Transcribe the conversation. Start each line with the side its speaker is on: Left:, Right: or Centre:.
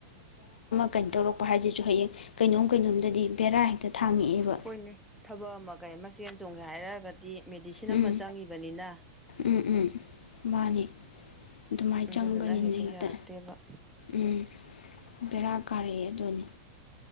Left: ꯀꯩꯅꯣ ꯇꯧꯔꯛꯄ ꯍꯥꯏꯗꯨꯁꯨ ꯍꯌꯦꯡ ꯀꯩꯅꯣꯝ ꯀꯩꯅꯣꯝꯗꯗꯤ ꯕꯦꯔꯥ ꯍꯦꯛꯇ ꯊꯥꯡꯉꯛꯑꯦꯕ
Centre: ꯍꯣꯏꯅꯦ ꯊꯕꯛ ꯑꯃ ꯀꯩ ꯑꯃ ꯆꯦꯟ ꯆꯣꯡꯒꯦ ꯍꯥꯏꯔꯒꯗꯤ ꯃꯦꯗꯤꯁꯤꯟ
Left: ꯎꯝ
Centre: ꯑꯃ ꯆꯪꯉꯤꯕꯅꯤꯅ
Left: ꯎꯝ ꯎꯝ ꯃꯥꯅꯤ ꯑꯗꯨꯃꯥꯏꯅ
Centre: ꯑꯗꯨꯗꯨꯅ
Left: ꯆꯪꯕꯅꯤꯅ
Centre: ꯌꯥꯔꯛꯇꯦꯕ
Left: ꯍꯦꯛꯇ ꯎꯝ ꯕꯦꯔꯥ ꯀꯥꯔꯛꯑꯦ ꯑꯗꯨꯅꯤ